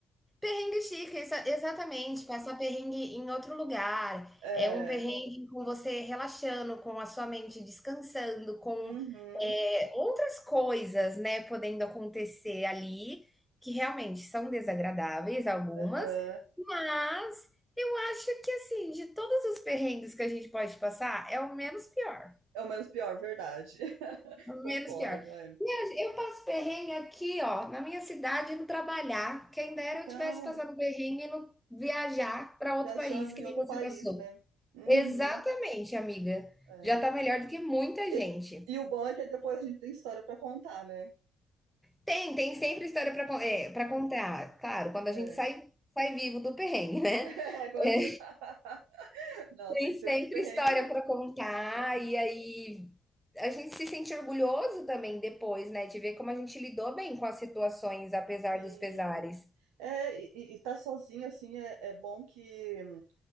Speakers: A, in the centre; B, on the right.
A: Perrengue chique, exa exatamente, passar perrengue em outro lugar,
B: É.
A: é um perrengue com você relaxando, com a sua mente descansando, com,
B: Uhum.
A: eh, outras coisas, né, podendo acontecer ali, que realmente são desagradáveis algumas,
B: Aham.
A: mas eu acho que, assim, de todos os perrengues que a gente pode passar, é o menos pior
B: É o menos pior, verdade. <laughs> Concordo,
A: menos pior.
B: é.
A: E Eu passo perrengue aqui, ó, na minha cidade, no trabalhar. Quem dera
B: Então,
A: eu tivesse passado um perrengue no viajar para outro
B: viajando
A: país, que
B: em
A: nem
B: outro
A: você
B: país,
A: passou.
B: né? Uhum,
A: Exatamente, amiga.
B: é.
A: Já tá melhor do que muita gente.
B: E, e o bom é que depois a gente tem história pra contar, né?
A: Tem, tem sempre história para é, para contar. Claro, quando
B: É.
A: a gente sai,
B: <laughs>
A: sai vivo do perrengue, né?
B: É, agora-
A: É,
B: <laughs> Não,
A: Tem
B: tem que
A: sempre
B: ser esses perrengues.
A: história para contar, e aí a gente se sente orgulhoso também depois, né, de ver como a gente lidou bem com as situações, apesar
B: Sim.
A: dos pesares.
B: É, e, e e tá sozinho, assim, é, é bom que hum,